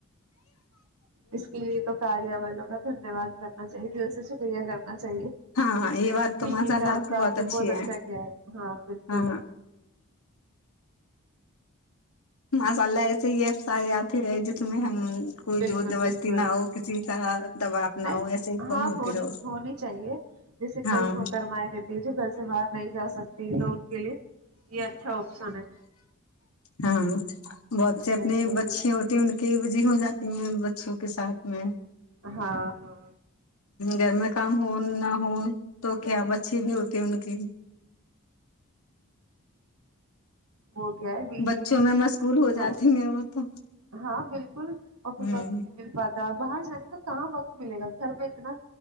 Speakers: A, on the right; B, on the left.
A: اس کے لیے تو کاریہ والوں کا دھن بات کرنا چاہیے دل سے شکریہ کرنا چاہیے
B: ہاں یہ بات تو
A: ھیک
B: ماشاء
A: یہ
B: اللہ
A: کام تو
B: کی
A: آپ نے
B: اچھی
A: بہت
B: ہے
A: اچھا کیا ہے ہاں بالکل
B: ہاں ماشاء اللہ ایسے یہ افسار آتی رہے جس میں ہم کوئی
A: بالکل
B: جو جستی
A: بالکل
B: نہ ہو کسی کا دباؤ نہ
A: ہاں
B: ہو ایسے ہی کن ہوتی
A: ہونی
B: رہ
A: ہونی چاہیے جیسے کئی
B: ہاں
A: محترمائیں رہتی گھر سے باہر نہیں جا سکتی تو کے لیے یہ اچھا آپشن ہے
B: ہاں بہت اپنی
A: بالکل
B: بچی
A: بالکل
B: ہوتی ان کے جی ہو جاتی ہیں بچوں کے ساتھ میں ہ
A: ہاں ہاں
B: گھر میں کام ہو نہ ہو تو کیا بچے بھی ہوتے ان کی
A: وہ کیا ہے بیچ
B: بچوں
A: کسی
B: میں میں اسکول ہو
A: ہاں
B: جاتی میں وہ تو
A: ہاں بالکل اور
B: ہ
A: وقت نہیں مل پاتا باہر جانے کا کہاں وقت ملے گا گھر پہ اتنا